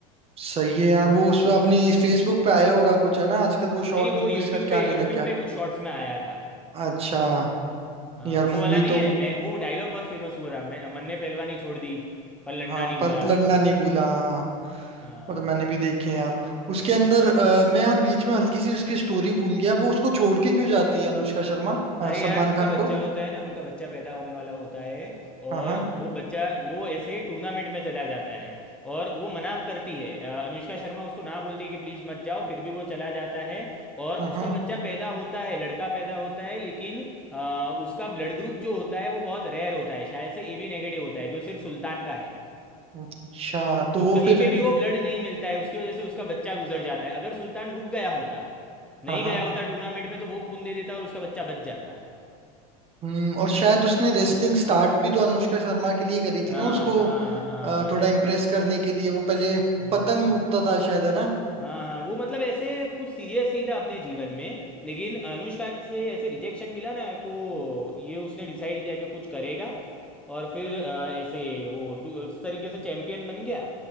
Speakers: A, on the right; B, in the centre.
A: सही है यार वो उस पे आपने फेसबुक पे आया होगा कुछ है ना आजकल वो शॉर्ट
B: नहीं नहीं वो
A: मूवीज
B: यूट्यूब
A: करके
B: पे
A: आने
B: यूट्यूब
A: लग गया
B: पे कुछ शॉर्ट्स में आया था
A: अच्छा
B: हाँ,
A: यार
B: वो
A: मूवी
B: वाला नहीं
A: तो
B: है मैं वो डायलॉग बहुत फेमस हुआ था मैं मन ने पहलवानी छोड़ दी पर लड़ना
A: हाँ
B: नहीं भूला
A: पर लड़ना नहीं भूला हाँ
B: हाँ,
A: वो तो मैंने भी देखे हैं यार उसके अंदर अ, मैं यार बीच में हल्की सी उसकी स्टोरी भूल गया वो उसको छोड़ के क्यों जाती है अनुष्का शर्मा अ,
B: अरे
A: सलमान
B: यार उनका
A: खान
B: बच्चा
A: को
B: होता है ना उनका बच्चा पैदा होने वाला होता है और
A: हाँ हाँ
B: वो बच्चा वो ऐसे टूर्नामेंट में चला जाता है और वो मना करती है अ, अनुष्का शर्मा उसको ना बोलती है कि प्लीज़ मत जाओ फिर भी वो चला जाता है और
A: हाँ
B: उसका
A: हाँ
B: बच्चा पैदा होता है लड़का पैदा होता है लेकिन अ, उसका ब्लड ग्रुप जो होता है वो बहुत रेयर होता है शायद से ए बी नेगेटिव होता है जो सिर्फ सुल्तान का है
A: अच्छा तो
B: तो
A: वो
B: कहीं
A: फिर
B: पे भी वो ब्लड नहीं मिलता है उसकी वजह से उसका बच्चा गुजर जाता है अगर सुल्तान रुक गया होता नहीं
A: हाँ हाँ
B: गया होता टूर्नामेंट में तो वो खून दे देता और उसका बच्चा बच जाता
A: हम्म और शायद उसने रेसलिंग स्टार्ट भी तो अनुष्का शर्मा के लिए करी
B: हाँ
A: थी ना उसको
B: हाँ हाँ
A: अ, थोड़ा इम्प्रेस करने के लिए वो पहले
B: हाँ
A: पतंग
B: हाँ
A: लूटता था शायद है ना
B: हाँ हाँ वो मतलब ऐसे कुछ सीरियस नहीं था अपने जीवन में लेकिन अनुष्का से ऐसे रिजेक्शन मिला ना तो ये उसने डिसाइड किया कि कुछ करेगा और फिर अ, ऐसे वो टू- उस तरीके से चैंपियन बन गया